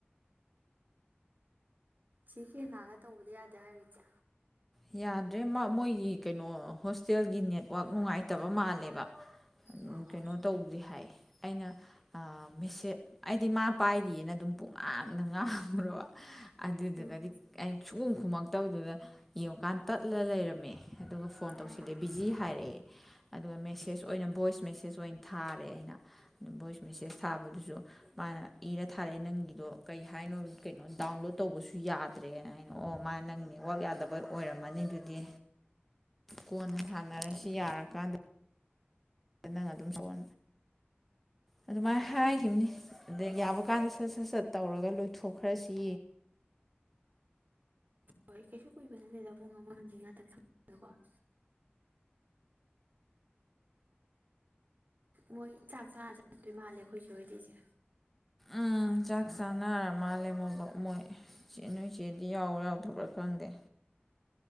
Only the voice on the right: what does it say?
<inaudible> ꯅꯒ ꯇꯧꯕꯗꯣ ꯌꯥꯗꯦ ꯍꯥꯏꯔꯣ ꯏꯆꯦ
ꯑꯣ
ꯎꯝ
ꯎꯝ
ꯍꯣꯏ ꯀꯩꯁꯨ ꯀꯨꯕ ꯅꯠꯇꯦꯗ ꯄꯨꯡ ꯑꯃ ꯑꯅꯤ ꯉꯥꯛꯇꯪ ꯁꯥꯕ <inaudible> ꯃꯣꯏ ꯆꯥꯛ ꯆꯥꯔ ꯆꯛꯇꯣꯏ ꯃꯥꯜꯂꯦ ꯑꯩꯈꯣꯏ ꯏꯆꯦ ꯍꯣꯏꯗꯤ ꯏꯆꯦ